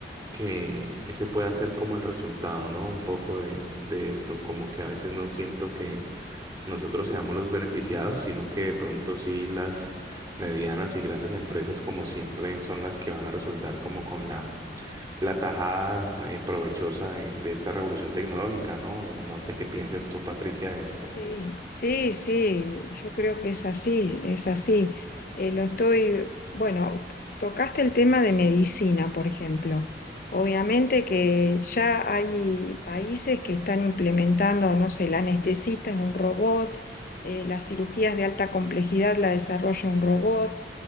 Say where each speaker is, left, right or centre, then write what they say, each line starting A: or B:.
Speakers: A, on the right; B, on the left.
A: que ese puede ser como el resultado, ¿no? Un poco de, de esto, como que a veces no siento que nosotros seamos los beneficiados, <laughs> sino que de pronto sí las medianas y grandes empresas como siempre son las que van a resultar como con la la tajada eh, provechosa de, de esta revolución tecnológica, ¿no? No sé qué pienses tú, Patricia, de esto.
B: Sí, sí, sí, yo creo que es así, es así. Eh, lo estoy, bueno, tocaste el tema de medicina, por ejemplo. Obviamente que ya hay países que están implementando, no sé, el anestesista es un robot, eh, las cirugías de alta complejidad la desarrolla un robot